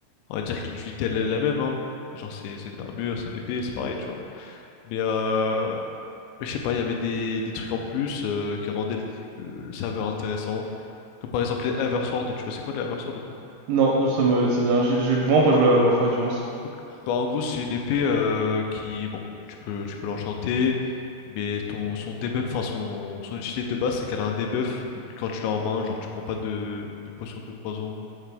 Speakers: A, on the left (about 90°); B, on the right (about 80°).
A: on va dire que l'utilité elle est la même, hein. Genre c'est c'est une armure, c'est une épée, c'est pareil, tu vois. Mais, euh, mais je sais pas, il y avait des, des trucs en plus euh, qui rendaient le, le serveur intéressant. Comme par exemple les Eversword, tu vois, c'est quoi les Eversword?
B: Non, ça me, ça me dit rien. J'ai j'ai vraiment pas joué à Overwatch, je pense.
A: Ok. Bah, en gros, c'est une épée euh, qui, bon, tu peux, tu peux l'enchanter, mais ton, son debuff, enfin, son, son utilité de base, c'est qu'elle a un debuff. Donc, quand tu l'as en main, genre, tu prends pas de, de potion de poison